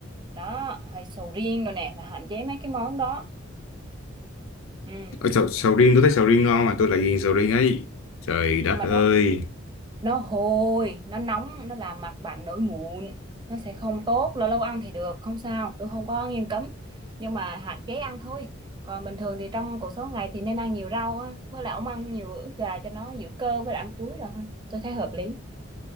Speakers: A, on the right; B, on the left.
A: Đó, hay sầu riêng rồi nè là hạn chế mấy cái món đó. Ừ.
B: ở sầu, sầu riêng tôi thấy sầu riêng ngon mà tôi lại ghiền sầu riêng ấy trời đất
A: Nhưng mà
B: ơi
A: nó nó hôi nó nóng nó làm mặt bạn nổi mụn nó sẽ không tốt lâu lâu ăn thì được không sao tôi không có nghiêm cấm nhưng mà hạn chế ăn thôi còn bình thường thì trong cuộc sống ngày thì nên ăn nhiều rau á với lại ông ăn nhiều ức gà cho nó giữ cơ với lại ăn chuối rồi ha tôi thấy hợp lý